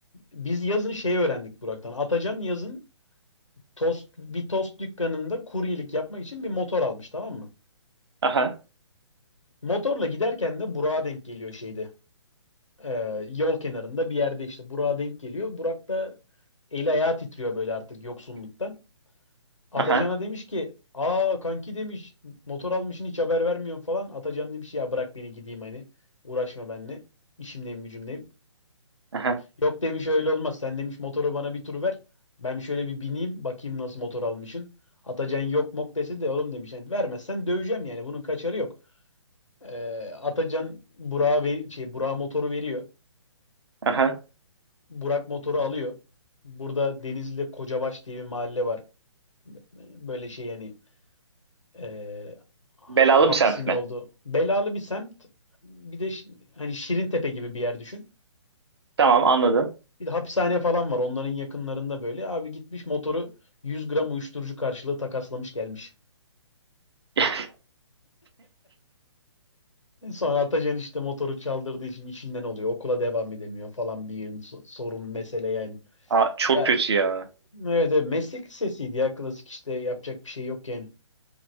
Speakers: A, on the left; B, on the right.
A: Biz yazın şey öğrendik Burak'tan. Atacan yazın tost bir tost dükkanında kuryelik yapmak için bir motor almış tamam mı?
B: aha,
A: Motorla giderken de Burak'a denk geliyor şeyde. Ee, yol kenarında bir yerde işte Burak'a denk geliyor. Burak da eli ayağı titriyor böyle artık yoksunluktan. Atacan'a
B: aha,
A: demiş ki aa kanki demiş motor almışsın hiç haber vermiyorsun falan. Atacan demiş ya bırak beni gideyim hani uğraşma benimle. İşimdeyim gücümdeyim.
B: aha,
A: Yok demiş öyle olmaz. Sen demiş motoru bana bir tur ver. Ben şöyle bir bineyim bakayım nasıl motor almışsın. Atacan yok mok dese de oğlum demiş. Yani vermezsen döveceğim yani bunun kaçarı yok. Ee, Atacan Burak'a ve şey Burak motoru veriyor.
B: aha.
A: Burak motoru alıyor. Burada Denizli'de Kocabaş diye bir mahalle var. Böyle şey yani e,
B: Belalı
A: hapsin
B: bir semt
A: oldu.
B: mi?
A: Belalı bir semt. Bir de şi- hani Şirintepe gibi bir yer düşün.
B: Tamam anladım.
A: Bir de hapishane falan var onların yakınlarında böyle. Abi gitmiş motoru 100 gram uyuşturucu karşılığı takaslamış gelmiş.
B: <laughs>
A: Sonra Atacan işte motoru çaldırdığı için işinden oluyor. Okula devam edemiyor falan bir yığın so- sorun mesele yani.
B: Aa, çok
A: Ya
B: kötü ya.
A: evet, evet meslek lisesiydi ya klasik işte yapacak bir şey yok yani.